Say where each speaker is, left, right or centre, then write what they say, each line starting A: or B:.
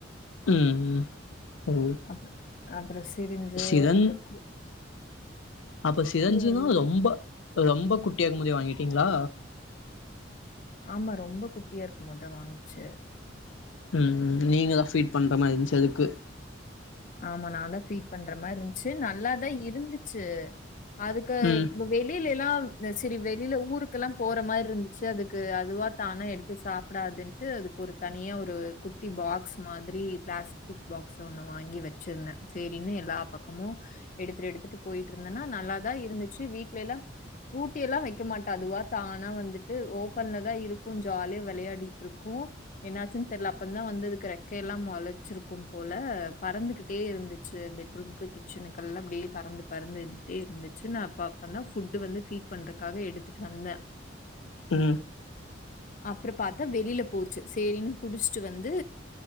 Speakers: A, on the left (about 85°); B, on the left (about 40°).
A: ம் ம் ஓ
B: அ அப்புற சிரிஞ்சி
A: சிரஞ்
B: அப்புறம் கூ
A: அப்ப சிரிஞ்சின்னா
B: வந்து
A: ரொம்ப ரொம்ப குட்டியாக்கும் போதே வாங்கிட்டீங்களா
B: ஆமா ரொம்ப குட்டியா இருக்கும் மோதா வாங்கிச்சு
A: ம் நீங்க தான் ஃபீட் பண்ற மாதி இருந்துச்சு அதுக்கு
B: ஆமா நான் தான் ஃபீட் பண்ற மாதிரி இருந்துச்சு நல்லாதான் இருந்துச்சு அதுக்கு
A: ம்
B: வெளியிலல்லாம் சரி வெளியில ஊருக்கேல்லாம் போற மாதிரி இருந்துச்சு அதுக்கு அதுவா தான எடுத்து சாப் ப்டாதுன்ட்டு அதுக்கு ஒரு தனியா ஒரு குட்டி பாக்ஸ் மாதிரி பிளாஸ்டிக் பாக்ஸ் ஒன்னும் வாங்கி வச்சிருந்தேன் சரின்னு எல்லா பக்கமும் எடுத்துட்டு எடுத்துட்டு போயிட்டு இருந்தேன்னா நல்லாதான் இருந்துச்சு வீட்டுலெல்லாம் பூட்டியல்லாம் வைக்க மாட்டே அதுவா தானா வந்துட்டு ஓபன்ல தான் இருக்கும் ஜாலிய விளையாடிட்டு இருக்கும் என்னாச்சுன்னு தெர்ல அப்ப தான் வந்து இருக்கிறேன் ரெக்க எல்லாம் முளைச்சிருக்கும் போல பறந்துக்கிட்டே இருந்துச்சு பெட்ரூமுக்கு கிச்சனுக்கெல்லாம் அப்படியே பறந்து பறந்துக்கிட்டே இருந்துச்சு நான் பாப்பன்னா ஃபுட்டு வந்து ஃபீட் பண்றக்காக எடுத்துட்டு வந்தேன்
A: ம்
B: அப்புறம் பாத்தா வெளியில போச்சு சரின்னு புடிச்சிட்டு வந்து